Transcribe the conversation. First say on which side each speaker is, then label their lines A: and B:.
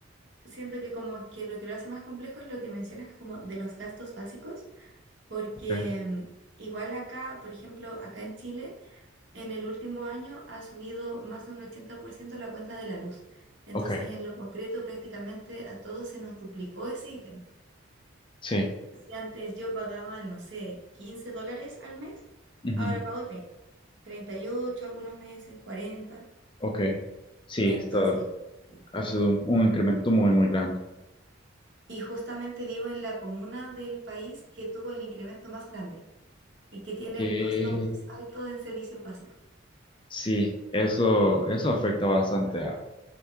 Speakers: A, on the right; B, on the left.
A: siento que como que lo que lo hace más complejo es lo que mencionas como de los gastos básicos, porque
B: ok,
A: mm, igual acá, por ejemplo, acá en Chile en el último año ha subido más de un 80% la cuenta de la luz. Entonces,
B: ok,
A: en lo concreto, prácticamente a todos se nos duplicó ese ítem.
B: sí,
A: Si antes yo pagaba, no sé, 15 dólares al mes,
B: ujú,
A: ahora pago treinta, treinta y ocho algunos meses, 40.
B: ok, sí,
A: Entonces,
B: esto
A: y
B: ha sido un, un incremento muy, muy grande.
A: y justamente vivo en la comuna del país que tuvo el incremento más grande y que tiene
B: Que
A: el costo más alto en servicios básicos.
B: sí, eso, eso afecta bastante a,